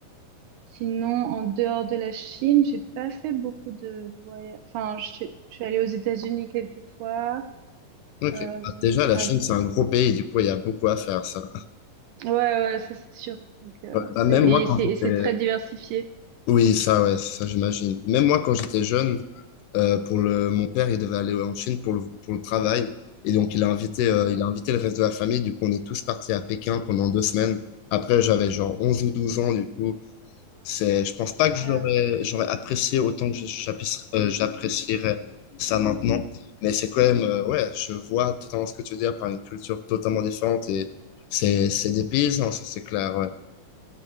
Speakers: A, on the right; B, on the left.
A: sinon, en dehors de la Chine, j'ai pas fait beaucoup de voyages. Enfin, je suis je suis allée aux États-Unis quelques fois.
B: ok.
A: Euh,
B: Bah, déjà, la
A: ah,
B: Chine, c'est un gros pays, du coup, il y a beaucoup à faire, ça.
A: ouais, ouais, ouais, ça c'est sûr. Donc, euh,
B: Ouais,
A: c'est,
B: bah, même
A: et
B: moi, quand
A: c'est,
B: j'étais...
A: et c'est très diversifié.
B: Oui, ça, ouais, ça, j'imagine. Même moi, quand j'étais jeune, euh, pour le... mon père, il devait aller en Chine pour le, pour le travail. Et donc, il a invité,
A: Mhm.
B: euh, il a invité le reste de la famille. Du coup, on est tous partis à Pékin pendant deux semaines. Après, j'avais genre 11 ou 12 ans, du coup. C'est, je pense pas que j'aurais,
A: Euh,
B: j'aurais apprécié autant que je- j'apprécie- euh, j'apprécierais ça maintenant. Mais c'est quand même, euh, ouais, je vois totalement ce que tu veux dire par une culture totalement différente et c'est, c'est des paysans, ça c'est clair, ouais.